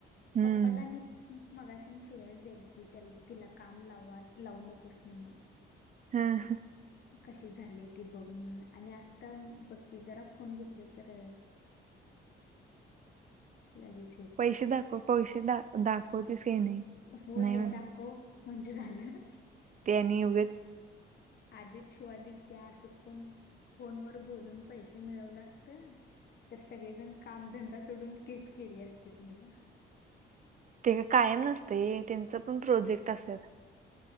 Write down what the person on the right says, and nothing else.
हम्म
हा हा
<inaudible>
पैसे दाखव पैसे द दाखवतेस काही नाही
नाही म्हणा
टनी वथ
ते का कायम नसते त्यांच पण प्रोजेक्ट असत